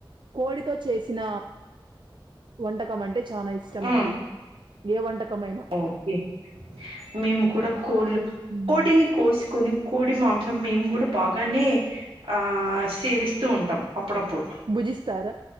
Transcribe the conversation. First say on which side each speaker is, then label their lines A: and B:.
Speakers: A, on the right (about 60°); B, on the right (about 85°).
A: కోడితో చేసిన వంటకం అంటే చాలా ఇష్టం
B: ఉమ్
A: అండి. ఏ వంటకమైనా
B: ఓకే, మేము కూడా కోళ్ళు
A: మ్
B: కోడిని కోసుకొని కోడి మాంసం మేము కూడా బాగానే ఆ సేవిస్తూ ఉంటాం అప్పుడప్పుడు.
A: భుజిస్తారా?